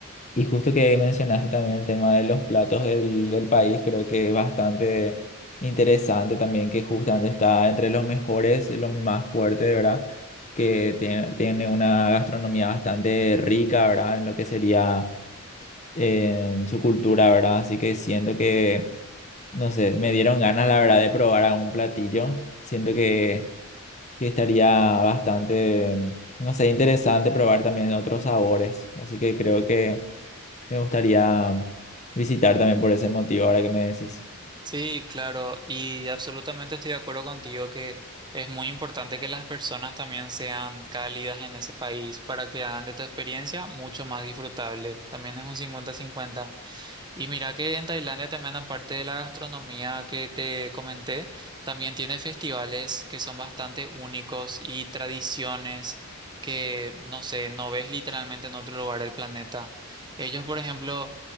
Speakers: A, on the left (about 30°); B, on the right (about 20°).
A: Y justo que mencionaste también el tema de los platos del, del país, creo que es bastante interesante también que justamente está entre los mejores, los más fuertes, ¿verdad? Que tiene, tiene una gastronomía bastante rica, ¿verdad? En lo que sería eh, su cultura, ¿verdad? Así que siento que, no sé, me dieron ganas, la verdad, de probar algún platillo. Siento que que estaría bastante, no sé, interesante probar también otros sabores. Así que creo que me gustaría visitar también por ese motivo, ahora que me decís.
B: Sí, claro, y absolutamente estoy de acuerdo contigo que es muy importante que las personas también sean cálidas en ese país para que hagan de tu experiencia mucho más disfrutable. También es un cincuenta-cincuenta. Y mira que en Tailandia también, aparte de la gastronomía que te comenté, también tiene festivales que son bastante únicos y tradiciones que, no sé, no ves literalmente en otro lugar del planeta. Ellos, por ejemplo,